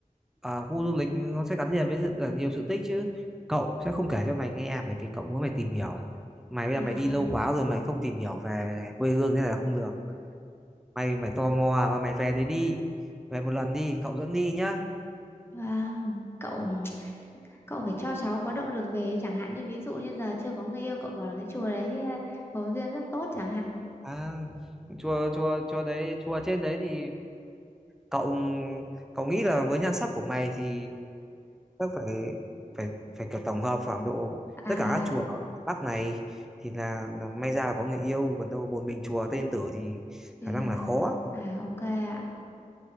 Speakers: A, in the centre; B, on the left.
A: Ờ, khu du lịch nó sẽ gắn liền với sự, là nhiều sự tích chứ cậu sẽ không kể cho mày nghe bởi vì cậu muốn mày tìm hiểu mày bây
B: À,
A: giờ mày đi lâu quá rồi mày không tìm hiểu về quê hương thế này là không được mày mày tò mò và mày về đấy đi về một lần đi cậu dẫn đi nhá
B: vâng, cậu cậu phải cho cháu có động lực về ấy. chẳng hạn như ví dụ như giờ chưa có người yêu cậu bảo là cái chùa đấy à, có duyên rất tốt chẳng hạn.
A: À, chùa chùa chùa đấy chùa trên đấy thì cậu cậu nghĩ là với nhan sắc của mày thì chắc phải phải phải kiểu tổng hợp khoảng độ
B: À,
A: tất cả các chùa
B: à,
A: ở ngoài Bắc này thì là, là may ra là có người yêu còn đâu một mình chùa Tây Yên Tử thì
B: thế
A: khả
B: nên
A: năng là
B: là-
A: khó.
B: à ok ạ.